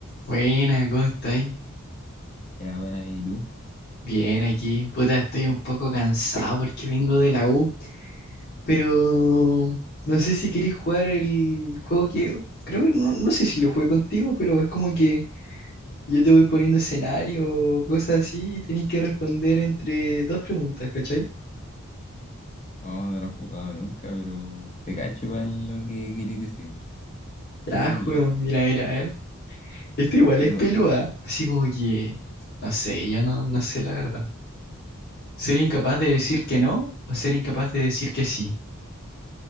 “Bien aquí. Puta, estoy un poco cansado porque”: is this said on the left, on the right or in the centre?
Left